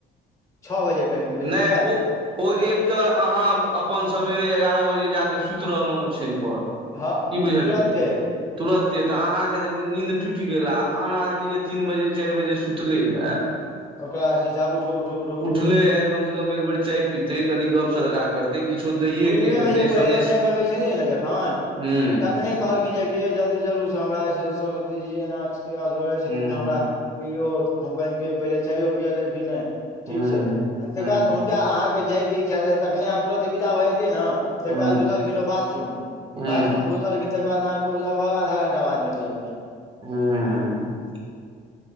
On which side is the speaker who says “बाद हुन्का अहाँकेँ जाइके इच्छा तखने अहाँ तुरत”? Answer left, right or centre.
Left